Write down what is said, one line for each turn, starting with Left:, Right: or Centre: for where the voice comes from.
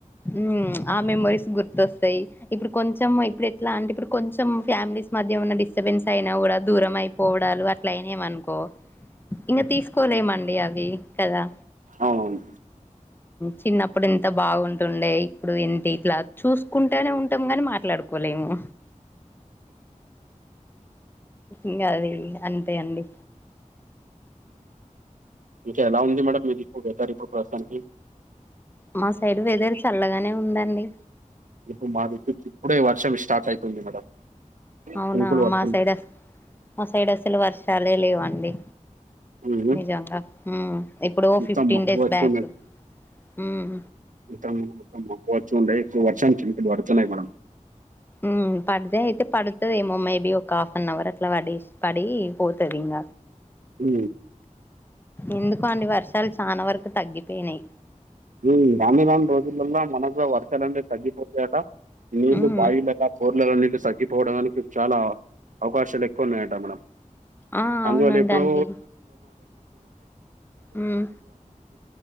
Left: ఉమ్ ఆ మెమోరీస్ గుర్తొస్తాయి ఇప్పుడు కొంచెం ఇప్పుడు ఎట్లా అంటే ఇప్పుడు కొంచెం ఫ్యామిలీస్ మధ్య ఉన్న డిస్టర్బెన్స్ అయినా కూడా దూరం అయిపోవడాలు అట్ల ట్లయినామనుకో ఇంక తీసుకోలేమండి అవి కదా
Right: అవును
Left: చిన్నప్పుడు ఎంత బాగుంటుండే ఇప్పుడు ఎంటి ఇట్లా చూసుకుంటేనే ఉంటాం గాని మాట్లాడుకొ కొలేము ఇంగ అది అంతే అండి
Right: ఇంక ఎలా ఉంది మేడంమ్ మీది ఇప్పుడు వెదర్ ఇప్పుడు ప్రస్తుతానికి
Left: మా సైడ్ వెదర్ చల్లగానే ఉందండి
Right: ఇప్పుడు మాది ఇప్పుడే వర్షం స్టార్ట్ అయితుంది మేడం
Left: అవునా
Right: చినుకులు పడుతున్నాయి
Left: మా సైడ్ అస మా సైడ్ అసలు వర్షాలే లేవండి
Right: ఉమ్,
Left: నిజంగా ఎప్పుడో
Right: మొత్తం
Left: ఫిఫ్టీన్
Right: మబ్బు
Left: డేస్
Right: వచ్చి
Left: బ్యాక్ ఉమ్
Right: ఇక్కడ మొత్తం మబ్బు వచ్చిండే ఇప్పుడు వర్షం చినుకులు పడుతున్నాయి మేడం
Left: మ్ పడిదె అయితే పడుతదెమో మేబీ ఒక హాఫ్ అన్ అవర్ అట్లా పడెసి పడి పోతది ఇగ
Right: ఉ
Left: ఎందుకో అండి వర్షాలు చానా వరకు తగ్గిపోయినాయి
Right: ఉ రాను రాను రోజులల్లో మనకు కూడా వర్షాలనేవి తగ్గిపోతాయట నీళ్లు
Left: ఉమ్
Right: బాయిలు బోర్లలో నీళ్లు తగ్గిపోవడానికి చాలా అవకాశాలు ఎక్కువ ఉన్నాయట మేడమ్
Left: ఆ
Right: అందువల్ల
Left: అవునంటండి
Right: ఎప్పుడో
Left: ఉమ్